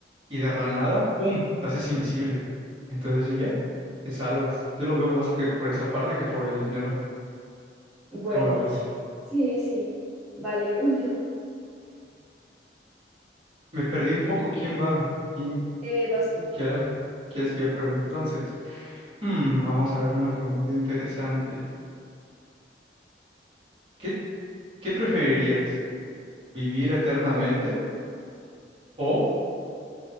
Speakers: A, on the right (about 30°); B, in the centre.
A: y de la nada, ¡pum!, te haces invisible. Entonces, y ya, te salvas. Yo lo veo más que por esa parte que por el dinero.
B: Bueno,
A: ¿Cómo lo ves?
B: sí, sí, válido. <laughs>
A: Me perdí un poco. ¿Quién va? ¿Quién
B: Eh, vas tú.
A: quiera? ¿Quieres que yo pregunte entonces? Hmm, vamos a ver una pregunta interesante. ¿Qué, qué preferirías? ¿Vivir eternamente? O,